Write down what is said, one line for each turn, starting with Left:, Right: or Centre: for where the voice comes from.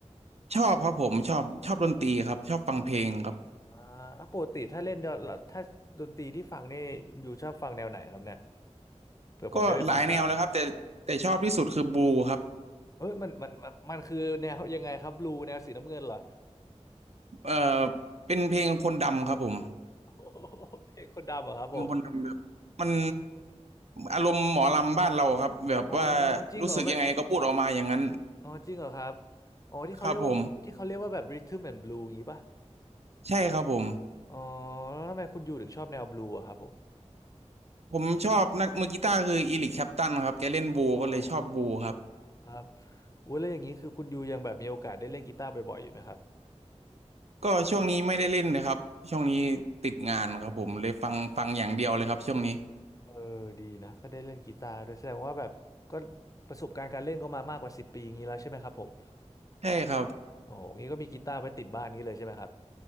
Right: ชอบครับผมชอบชอบดนตรีครับชอบฟังเพลงครับ
Left: อ่าแล้วปกติถ้าเล่นเดี๋ยวเราถ้าดนตรีที่ฟังนี่คุณยูชอบฟังแนวไหนครับเนี่ยเผื่อผมได้ไปฟังตาม
Right: ก็หลายแนวเลยครับแต่แต่ชอบที่สุดคือบูครับ
Left: เฮ้ยมันมันมันมันคือแนวยังไงครับบลูแนวสีน้ำเงินเหรอ
Right: เอ่อเป็นเพลงคนดำครับผม
Left: โอ้โหเพลงคนดำเหรอครับผม
Right: ยังคนทำแบบมันอารมณ์หมอลำบ้านเราครับแบบว่า
Left: อ๋อจริงเหรอมัน
Right: รู้สึกยังไงก็พูดออกมาอย่างนั้น
Left: อ๋อจริงเหรอครับอ๋อที่เขาเรียกว่าที่เขาเรียกว่าแบบร
Right: ครับผม
Left: h ท t ม m a น d ์ l u e อย่างงี้ป่ะ
Right: ใช่ครับผม
Left: อ๋อแล้วทำไมคุณยูถึงชอบแนวบลูอะครับผม
Right: ผมชอบนักมือกีตาร์คืออีริกแคลปตันครับแกเล่นบูก็เลยชอบบูครับ
Left: อ๋อครับอุ้ยแล้วอย่างนี้คือคุณยูยังแบบมีโอกาสได้เล่นกีตาร์บ่อยๆอยู่ไหมครับ
Right: ก็ช่วงนี้ไม่ได้เล่นนะครับช่วงนี้ติดงานครับผมเลยฟังฟังอย่างเดียวเลยครับช่วงนี้
Left: เออดีนะก็ได้เล่นกีตาร์ด้วยแสดงว่าแบบก็ประสบการณ์การเล่นก็มามากกว่าสิบปีอย่างนี้แล้วใช่ไหมครับผม
Right: ใช่ครับ
Left: โอ้งี้ก็มีกีตาร์ไว้ติดบ้านนี้เลยใช่ไหมครับ